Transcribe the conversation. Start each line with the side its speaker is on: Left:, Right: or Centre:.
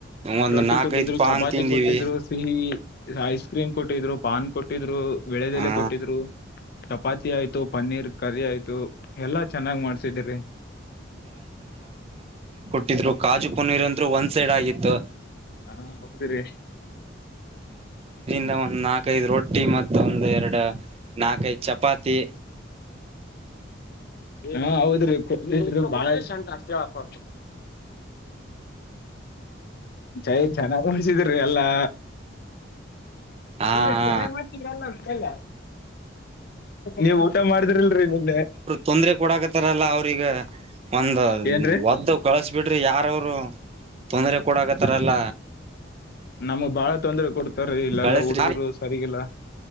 Right: ಒಂದ್
Left: ರೊಟ್ಟಿ
Right: ನಾಕೈದ್
Left: ಕೊಟ್ಟಿದ್ರು
Right: ಪಾನ್
Left: ಚಪಾತಿ
Right: ತಿಂದಿವಿ
Left: ಕೊಟ್ಟಿದ್ರು ಸಿಹಿ ಐಸ್ ಕ್ರೀಮ್ ಕೊಟ್ಟಿದ್ರು ಪಾನ್ ಕೊಟ್ಟಿದ್ರು ಬೆಳೆದೆಲೆ
Right: ಹಾ
Left: ಕೊಟ್ಟಿದ್ರು ಚಪಾತಿ ಆಯ್ತು ಪನ್ನೀರ್ ಕರಿ ಆಯ್ತು ಎಲ್ಲಾ ಚೆನ್ನಾಗ್ ಮಾಡ್ಸಿದಿರರಿ
Right: ಇಟ್ಟಿದ್ರು ಕಾಜು ಪನೀರ್ ಅಂದರು ಒಂದ್ ಸೈಡ್ ಆಗಿತ್ತು
Left: ಹಾ ಹೌದ್ರಿ
Right: ದ ಒಂದ್ ನಾಕೈದು ರೊಟ್ಟಿ ಮತ್ತ ಒಂದು ಎರಡು ನಾಲ್ಕೈದು ಚಪಾತಿ
Left: ಹಾ ಹೌದ್ರೀ ಬಾಳ ಎಷ್ಟ ಉಂಟ ಆತವಪ ಚೈ ಚೆನ್ನಾಗ ಉಣಸಿದಿ ಅಲ್ಲಾ
Right: ಹಾ
Left: ನಿನೆ
Right: ಹಾ
Left: ಮಾಡಲ್ಲಲ್ಲವತ್ತ ನೀವ್ ಊಟ ಮಾಡಿದ್ರಿಲ್ರರಿ ಇಲ್ಲಿ
Right: ತೊಂದ್ರ ಕೊೂಡಕತಾರಲ್ಲ ಅವ್ರಗ ಒಂದ
Left: ಏನ್ರೀ
Right: ಒದ್ದು ಕಳಸಬಿಟ್ಟ ಯಾರವರು ತೊಂದರೆ ಕೂಡಕತಾರಲ್ಲ
Left: ನಮ್ಗ್ ಬಾಳ ತೊಂದ್ರೆ ಕೊಡ್ತಾರ ಇಲ್ಲೆಲ್ಲಾ
Right: ಕಳಸ್ರಿ
Left: ಹುಡುಗರು ಸರಿಗಿಲ್ಲ